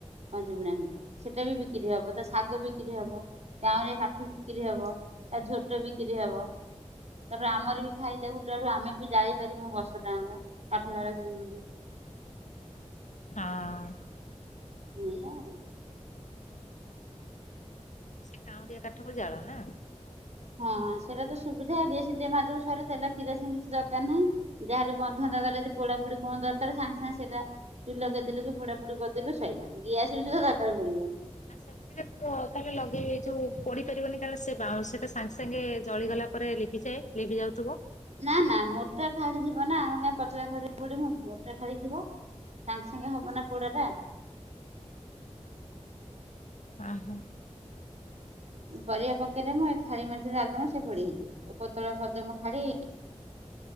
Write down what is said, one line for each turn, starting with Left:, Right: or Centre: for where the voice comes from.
Right: ଫଇଁଚି ବୁଣା ହୁଏ ସେଟା ବି ବିକ୍ରି ହବ ତା ଶାଗ ବିକ୍ରି ହବ କାଉଁରିଆ କାଠି କ୍ରି ହବ ତା ଝୋଟ ବିକ୍ରି ହବ। ତାପରେ ଆମର ବି ଫାଇଦା ଗୁଟେ ଆଡୁ ଆମେ ବି ଜାଳି ପାରିବୁ ବର୍ଷଟାଆଙ୍କ କାଠ ଜାଳ କିଣିବୁନି।
Left: ହଁ।
Right: ଏଇଆ ଆଉ।
Left: ସେ କାଉଁରିଆ କାଠକୁ ଜାଳ ନା?
Right: ହଁ ସେଇଟା ତ ସୁବିଧା ଡିଆସିଲି ଟିକେ ମାରିଦେବୁ ସଇଲା ତେଲ କିରୋସିନ କିଛି ଦରକାର ନାହିଁ। ଯାହାର ବନ୍ଧୁ ବାନ୍ଧବ ଗଲେ ଯଦି ପୋଡା ପୋଡି କଣ ଦରକାର ସାଙ୍ଗେ ସାଙ୍ଗେ ସେଟା ଚୁଲ ଲଗେଇଦେଲୁ କି ପୁଡ଼ା ପୋଡି କରିଦେଲୁ ସଇିଲା ଗ୍ୟାସ୍ସ ବି ସୁଦ୍ଧା ଦରକାର ପଡ଼ିବନି।
Left: ନା <unintelligible> <unintelligible> ତାହାଲେ ଲଗେଇ ଯୋଉ ପଡ଼ିପାରିବନି କାରଣ ସେ ବାଉସଟା ସାଙ୍ଗେ ସାଙ୍ଗେ ଜଳିଗଲା ପରେ ଲିଭିଯାଏ। ଲିବି ଯାଉଥିବ।
Right: ନା ନା ମୋଟା ଖାଡି ଥିବ ନା ଆମେ କାଇଁ ପତଳା ଖାଡି ରେ ପୁଡ଼ିବୁ। ମୋଟା ଖାଡ଼ିଥିବ ସାଙ୍ଗେ ସାଙ୍ଗେ ହବ ନା ପଡା ଟା।
Left: ଆ ହା।
Right: ପରିବା ପକେଇଦମୁ ଏ ଖାଡି ମେଂଚେ ଡାଳିଦବୁ ସେ ପୋଡି ହେଇଯିବ ଉପରତଳ କରିଦାମୁ ଖାଡି